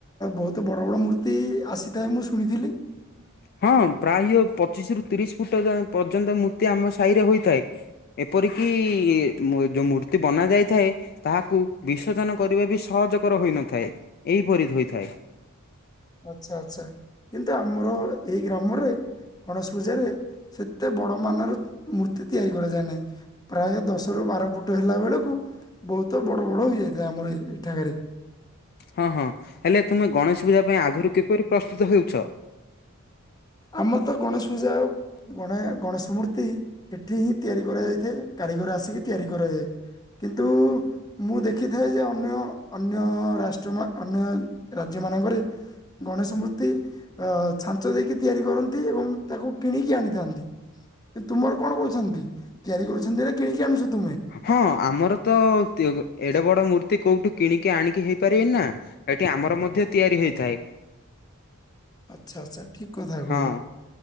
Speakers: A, on the left (about 20°); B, on the left (about 45°).
A: ବହୁ ବଡ଼ ବଡ଼ ମୂର୍ତ୍ତି ଆସିଥାଏ ମୁଁ ଶୁଣିଥିଲି?
B: ହଁ ପ୍ରାୟ ପଚିଶି ରୁ ତିରିଶି ଫୁଟ ପର୍ଯ୍ୟନ୍ତ ମୂର୍ତ୍ତି ଆମ ସାହି ରେ ହୋଇଥାଏ। ଏପରିକି ମୂ ଯୋଉ ମୂର୍ତ୍ତି ବନା ଯାଇଥାଏ। ତାହାକୁ ବିସର୍ଜନ କରିବା ବି ସହଜକର ହୋଇନଥାଏ ଏହିପରି ହୋଇଥାଏ।
A: ଆଚ୍ଛା ଆଚ୍ଛା କିନ୍ତୁ ଆମର ଏଇ ଗ୍ରାମରେ ଗଣେଶ ପୂଜାରେ। ସେତେ ବଡ଼ ମାନର ମୂର୍ତ୍ତି ତିଆରି କରାଯାଏ ନାହିଁ। ପ୍ରାୟ ଦଶରୁ ବାର ଫୁଟ ହେଲା ବେଳକୁ ବହୁତ ବଡ଼ ବଡ଼ ହେଇଯାଇଥାଏ ଆମର ଏ ଏଠାକାରେ।
B: ହଁ ହଁ ହେଲେ ତୁମେ ଗଣେଶ ପୂଜା ପାଇଁ ଆଗରୁ କିପରି ପ୍ରସ୍ତୁତ ହେଉଚ?
A: ଆମର ତ ଗଣେଶ ପୂଜା ଆଉ ଗଣାଅ ଗଣେଶ ମୂର୍ତ୍ତି ଏଠି ହିଁ ତିଆରି କରାଯାଇଥାଏ କାରିଗର ଆସିକି ତିଆରି କରାଯାଏ। କିନ୍ତୁ ମୁଁ ଦେଖିଥାଏ ଯେ ଅନ୍ୟ ଅନ୍ୟ ରାଷ୍ଟ୍ର ମାନ ଅନ୍ୟ ରାଜ୍ୟ ମାନଙ୍କରେ। ଗଣେଶ ମୂର୍ତ୍ତି ଅ ଛାଞ୍ଚ ଦେଇକି ତିଆରି କରନ୍ତି ଏବଂ ତାକୁ କିଣିକି ଆଣିଥାନ୍ତି। ତୁମର କଣ କହୁଛନ୍ତି ତିଆରି କରୁଛନ୍ତି ନା କିଣିକି ଆଣୁଛ ତୁମେ?
B: ହଁ ଆମର ତ ତି ଏଡେ ବଡ଼ ମୂର୍ତ୍ତି କୋଉଠୁ କିଣିକି ଆଣିକି ହେଇପାରିବେନି ନା। ଏଠି ଆମର ମଧ୍ୟ ତିଆରି ହୋଇଥାଏ।
A: ଆଚ୍ଛା ଆଚ୍ଛା ଠିକ୍ କଥା କହିଲ
B: ହଁ